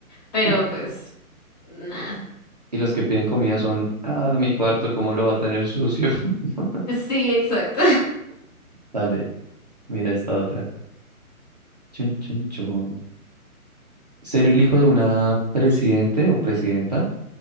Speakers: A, on the left (about 30°); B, on the right (about 30°).
A: pero
B: <laughs>
A: pues, nada.
B: Y los que piden comida son, ah, mi cuarto, ¿cómo lo va a tener sucio? <laughs>
A: Sí, exacto.
B: Dale, mira esta otra. Chun, chun, chun. Ser el hijo de una presidente o presidenta